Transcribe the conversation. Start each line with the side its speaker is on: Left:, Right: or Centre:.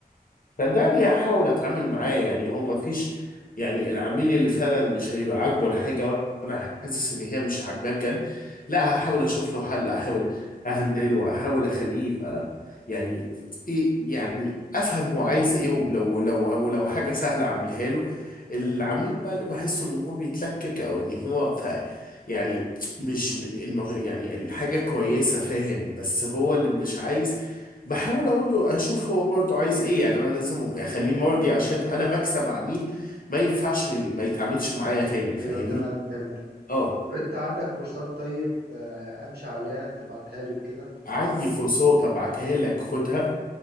Left: صدقني هحاول اتعامل معاه يعني هو ما فيش يعني العميل اللي فعلا مش هيبقى عاجبه الحاجه وانا حاسس ان هي مش عاجباه بجد لا هحاول اشوف له حل احاول اهندله احاول اخليه يبقى يعني ايه يعني افهم هو عايز ايه ولو لو لو حاجه سهله اعملها له
Right: امم
Left: العميل بقى اللي بحسه ان هو بيتلكك او ان هو ف يعني مش الم- يعني الحاجه كويسه فاهم بس هو اللي مش عايز بحاول اقول له اشوف هو برضه عايز ايه يعني انا لازم اخليه مرضي عشان انا بكسب عميل ما ينفعش ما ما يتعاملش معايا تاني
Right: ايوه
Left: فاهمني
Right: تمام فهمتك
Left: اه
Right: طب انت عندك كورسات طيب آه، امشي عليها تبعتها لي وكده
Left: عندي كورسات ابعتها لك خدها